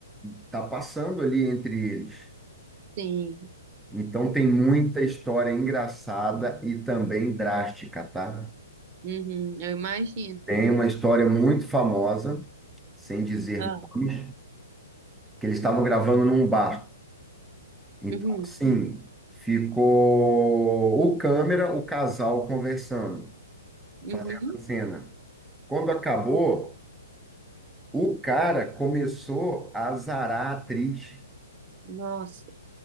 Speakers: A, in the centre; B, on the right.
A: está passando ali entre eles.
B: sim.
A: Então tem muita história engraçada e também drástica, tá?
B: Uhum, eu imagino.
A: Tem uma história muito famosa, sem dizer
B: Ah,
A: nomes, que eles estavam gravando num bar. Então,
B: uhum,
A: assim, ficou o câmera, o casal conversando,
B: uhum.
A: fazendo a cena. Quando acabou, o cara começou a azarar a atriz
B: Nossa,